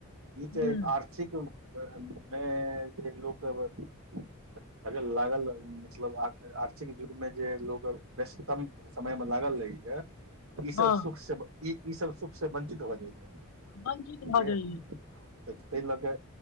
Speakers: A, on the right; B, on the left.
A: ई जे
B: हूँ
A: आर्थिक मे जे लोक सब लागल मतलब आर्थिक युगमे जे लोक व्यस्ततम समय मे लागल रहै छै ई सब
B: हँ
A: सुख से ई ई सब सुख से वंचित भ जाइय
B: वंचित भऽ जाइयै
A: <unintelligible> तइ लके